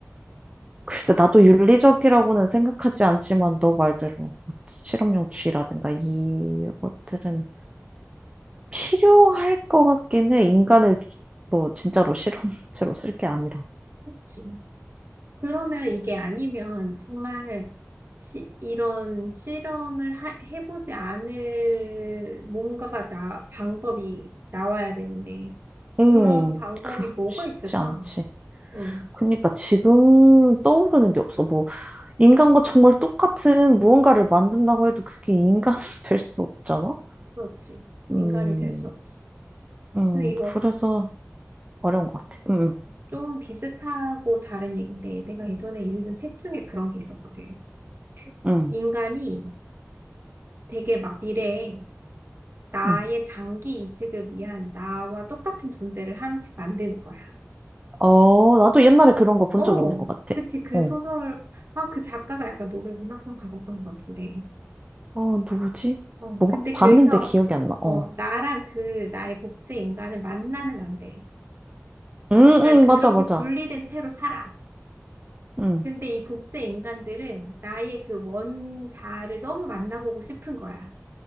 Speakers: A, on the right; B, on the right.
A: 글쎄 나도 윤리적이라고는 생각하지 않지만 너 말대로 뭐 실험용 쥐라든가 이것들은 필요할 것 같긴 해. 인간을 뭐 진짜로 실험체로 쓸 게 아니라.
B: 그렇지. 그러면 이게 아니면 정말 시- 이런 실험을 하- 해보지 않을 뭔가가 나, 방법이 나와야 되는데
A: 음,
B: 그런 방법이
A: 그,
B: 뭐가
A: 쉽지
B: 있을까?
A: 않지.
B: 응,
A: 그러니까 지금 떠오르는 게 없어. 뭐, 인간과 정말 똑같은 무언가를 만든다고 해도 그게 인간 <laughs> 될 수 없잖아?
B: 그렇지.
A: 음,
B: 인간이 될 수 없지.
A: 음,
B: 근데 이거
A: 그래서 어려운 것 같아. 음,
B: 좀 비슷하고 다른 얘기인데 내가 예전에 읽은 책 중에 그런 게 있었거든.
A: 음,
B: 인간이 되게 막 미래에 나의
A: 음. 음.
B: 장기 이식을 위한 나와 똑같은 존재를 하나씩 만드는 거야.
A: 어, 나도 옛날에 그런 거 본
B: 어,
A: 적 있는 것 같아.
B: 그치. 그
A: 어,
B: 소설, 아, 그 작가가 약간 노벨 문학상 받았던 것 같은데.
A: 어, 누구지?
B: 어,
A: 뭔가
B: 근데
A: 봤는데
B: 그래서,
A: 기억이 안 나.
B: 어,
A: 어.
B: 나랑 그 나의 복제 인간을 만나면 안 돼.
A: 응
B: 약간
A: 응
B: 그렇게
A: 맞아, 맞아.
B: 분리된 채로 살아.
A: 응
B: 근데 이 복제 인간들은 나의 그 원자를 너무 만나보고 싶은 거야.